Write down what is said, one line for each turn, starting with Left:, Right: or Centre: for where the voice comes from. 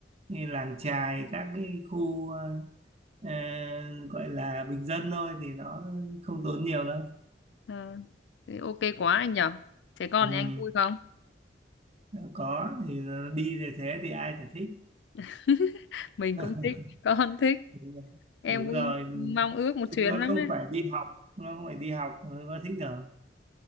Right: cái làng chài các cái khu à, ờ, gọi là bình dân thôi thì nó không tốn nhiều đâu
Left: Ờ, thế ok quá anh nhở trẻ con
Right: ừ.
Left: thì anh vui không
Right: có thì nó đi về thế thì ai chả thích
Left: <laughs> mình
Right: <laughs>
Left: cũng thích con thích
Right: đúng rồi
Left: em
Right: Đúng
Left: cũng
Right: rồi.
Left: mong ước một
Right: chúng
Left: chuyến
Right: nó
Left: lắm
Right: không phải đi học chúng nó không phải đi học nó nó thích rồi